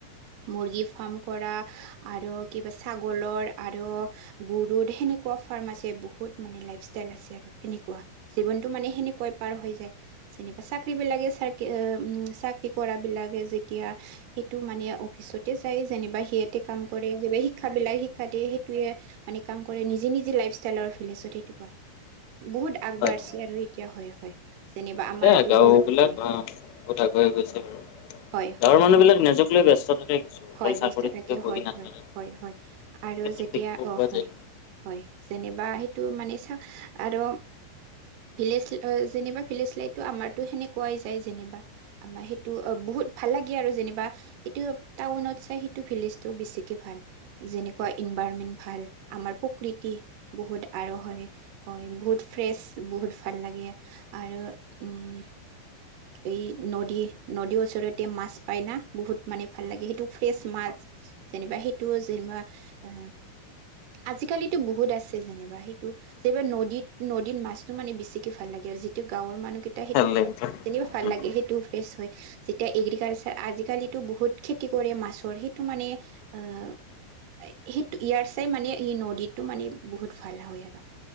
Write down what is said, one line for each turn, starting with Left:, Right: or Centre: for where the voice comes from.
Right: মুৰ্গী ফাৰ্ম কৰা আৰু কিবা ছাগলৰ আৰু গৰুড সেনেকুৱা ফাৰ্ম আছে বহুত মানে লাইফষ্টাইল আছে আৰু সেনেকুৱা। জীৱনটো মানে সেনেকুৱাই পাৰ হৈ যায়। যেনিবা চাকৰি বিলাকে চা- চাকৰি কৰা বিলাকে যেতিয়া সেইটো মানে অফিচতে যায় যেনিবা সিয়াতে কাম কৰে। শিক্ষাবিলাক শিক্ষা দিয়ে সেইটোয়ে মানে কাম কৰে নিজে নিজে লাইফ ষ্টাইলৰ <unintelligible> বহুত আগবাৰছে
Left: হয়
Right: আৰু এতিয়া হয় হয়। যেনিবা
Left: এতিয়া
Right: আমাৰতো
Left: গাঁও
Right: হয়
Left: বিলাক
Right: হয়
Left: আহ বহুত আগুৱাই গৈছে বাৰু।
Right: হয় হয়
Left: গাঁৱৰ মানুহ
Right: হয়
Left: বিলাক নিজক লৈ ব্যস্ত থাকে কিছু অকল
Right: হয় ব্যস্ত
Left: চাকৰিতোকে
Right: থাকে
Left: বহি
Right: হয়
Left: নাথাকে।
Right: হয় হয় হয়
Left: সেইটো
Right: আৰু
Left: ক্ষেত্ৰত
Right: যেতিয়া
Left: দেখিব
Right: অ
Left: পোৱা
Right: হয়।
Left: যায়।
Right: হয় যেনিবা সেইটো মানে চা আৰু ভিলেজ যেনিবা ভিলেজ লাইতটো আমাৰতো সেনেকুৱাই যায় যেনিবা। আমাৰ সেইটো বহুত ভাল লাগে আৰু যেনিবা সেইটো টাউনত চাই সেইটো ভিলেজটো বেছি তি ভাল যেনেকুৱা ইনভাৰনমেন্ট ভাল আমাৰ প্ৰকৃতি বহুত আৰু হয়। হয়, বহুত ফ্ৰেছ বহুত ভাল লাগে আৰু উম এই নদী নদীৰ ওচৰতে মাছ পাই না বহুত মানে ভাল লাগে সেইটো <unintelligible> যেনিবা সেইটো যেনিবা এ আজিকালিতো বহুত আছে যেনিবা সেইটো যে এইবাৰ নদীত-নদীত মাছটো মানে বেছিকে ভাল লাগে আৰু যিটো গাঁৱৰ মানুহকেইটা
Left: নদীটো
Right: সেইটো খাই যেনিবা ভাল লাগে সেইটোও ফ্ৰেছ হয়। যেতিয়া এগ্ৰিকালচাৰ আজিকালিতো বহুত খেতি কৰে মাছৰ সেইটো মানে
Left: <inaudible>
Right: আহ সেইটো ইয়াৰ চেই মানে এই নদীটো মানে বহুত ভাল হয় আৰু।